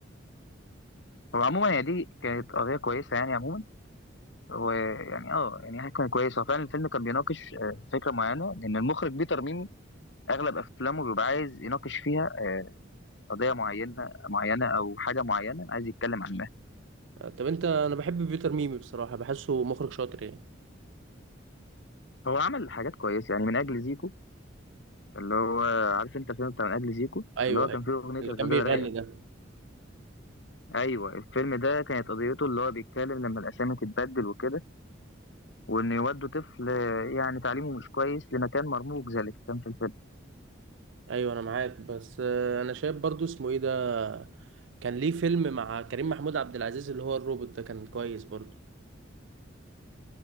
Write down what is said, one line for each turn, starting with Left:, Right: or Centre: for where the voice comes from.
Left: هو عموما هي دي كانت قضيه كويسه يعني عموما ويعني اه يعني هي كان كويس هو فعلا الفيلم كان بيناقش آه، فكره معينه لان المخرج بيتر ميمي اغلب افلامه بيبقى عايز يناقش فيها قضية معينة معينة أو حاجة معينة عايز يتكلم عنها
Right: آه، طب انت انا بحب بيتر ميمي بصراحه بحسه مخرج شاطر يعني
Left: هو عمل حاجات كويسة يعني من أجل زيكو اللي هو عارف أنت الفيلم بتاع من أجل زيكو
Right: ايوه
Left: اللي هو كان
Right: ايوه
Left: فيه أغنية
Right: اللي
Left: الغزالة
Right: كان بيغني
Left: رايقة
Right: ده
Left: أيوة الفيلم ده كانت قضيته اللي هو بيتكلم لما الأسامي تتبدل وكده وإن يودوا طفل يعني تعليمه مش كويس لمكان مرموق زي اللي كان في الفيلم
Right: ايوه انا معاك بس آه، انا شايف برضو اسمه ايه ده كان ليه فيلم مع كريم محمود عبد العزيز اللي هو الروبوت ده كان كويس برضو